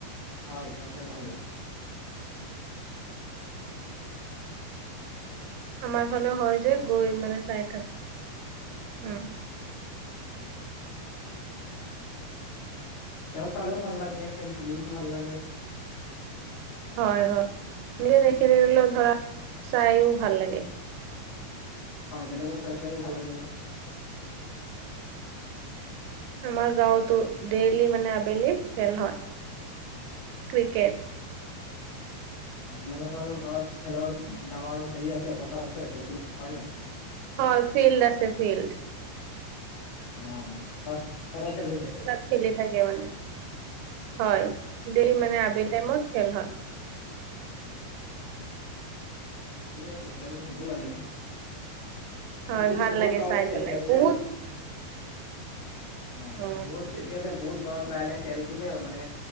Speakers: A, on the left (about 70°); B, on the right (about 85°).
A: হয় খেল চাই ভাল লাগে।
B: আমাৰ ফালে হয় যে গৈ মানে চাই থাক উম।
A: <inaudible> খেল চালেও ভাল লাগে, খেল খেলিও ভাল লাগে।
B: হয়, হয় নিজে নেখেলিলেও ধৰা চাইও ভাল লাগে।
A: হয় বেলেগৰ খেল চাইও ভাল লাগে।
B: আমাৰ গাঁৱতো ডেইলি মানে আবেলি খেল হয়। ক্ৰিকেট।
A: আপোনালোকৰ গাঁৱত খেলৰ ডাঙৰ হেৰি আছে পথাৰ আছে খেল খেলিব কাৰণে?
B: হয় ফিল্ড আছে ফিল্ড।
A: অ', তাত সদায় খেল হৈ থাকে।
B: তাত খেলি থাকে মানে। <inaudible> হয় ডেইলি মানে আবেলি টাইমত খেল হয়।
A: কি আছে খেল হ'ব লাগে। আজিকালি
B: হয় ভাল
A: বহুত
B: লাগে
A: গাঁওতে
B: চাই পেলাই
A: খেল চেল
B: বহুত
A: হয়,
B: অ
A: বহুত এতিয়া যে বহুত ত লাহে লাহে খেলতো যে মানে